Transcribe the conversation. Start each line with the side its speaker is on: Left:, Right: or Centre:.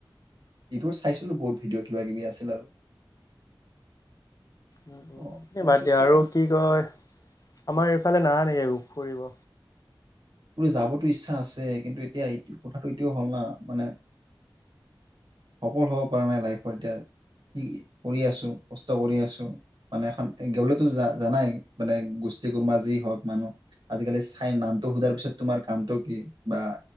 Right: ইটো চাইছিলো বহুত ভিডিঅ' কিবা কিবি আছিল আৰু।
Left: উম,
Right: অ তাৰপিছত
Left: বাদ দিয়া
Right: এতিয়া
Left: আৰু কি কয়, আমাৰ এইফালে নাহা নেকি এইবাৰ ফুৰিব।
Right: বোলে যাবতো ইচ্ছা আছে কিন্তু এতিয়াটো কথাটো এতিয়াও হ'ল না মানে সফল হব পৰা নাই লাইফৰ এতিয়া, কি কৰি আছো, কষ্ট কৰি আছো, মানে এখন গলেতো জানাই মানে গোষ্ঠী কৰ্মা যি হওক মানুহ আজিকালি চাই নামটো সোধাৰ পিছত তোমাৰ কামটো কি বা